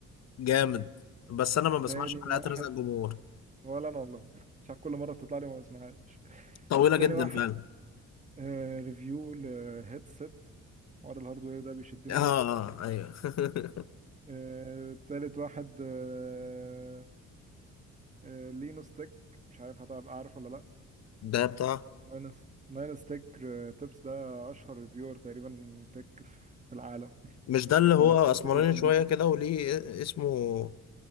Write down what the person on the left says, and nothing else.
جامد بس انا ما بسمعش
حلقات
رزق الجمهور
طويله
جدا
فعلا
اه اه
آه، ايوه <laughs>
ده بتاع
مش ده اللي هو
اسمراني
شويه كده وليه اسمه